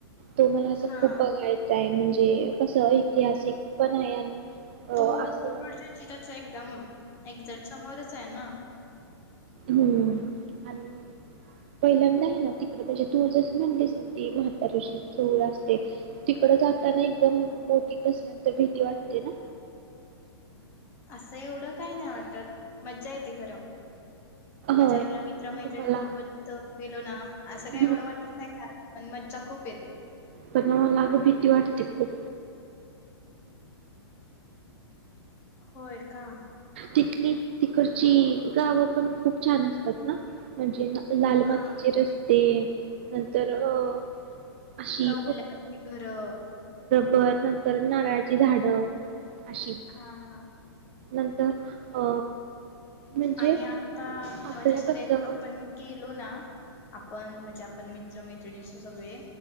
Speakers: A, on the right; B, on the left.
A: तो मला असं
B: हा
A: खूप बघायचा आहे. म्हणजे कसं ऐतिहासिक पण आहे आणि अ
B: तो
A: असं
B: <inaudible> त्याच्या एकदम एक्झॅक्ट समोरच त्यांना
A: होम् आणि पहिल्यांदा आहे ना त म्हणजे तू जसं म्हणतेस ना ती म्हातारीची चूळ अस ते तिकड जाताना एकदम बोटीत बसल्यानंतर भीती वाटते ना.
B: असं एवढं काही नाही वाटत मज्जा येती खरं. म्हणजे
A: होय
B: आपल्या मित्र मैत्रिणीसोबत.
A: मला
B: गेलो ना. असं काय
A: हम्म.
B: एवढं वाटत नाही खास. पण मज्जा खूप येती.
A: पण मला अगं भीती वाटते खूप.
B: होय का.
A: तिथली तिकडची गावं पण खूप छान असतात ना म्हणजे ना. लाल
B: हा
A: मातीचे रस्ते. नंतर अ अशी
B: कौलाची घरं.
A: बर नंतर नारळाची झाडं. अशी
B: हा हा
A: नंतर अ, म्हणजे
B: आणि आता
A: आपल्या
B: म्हणजे असं
A: कसं
B: ते आपण गेलो ना. आपण म्हणजे आपण मित्र मैत्रिणी सगळे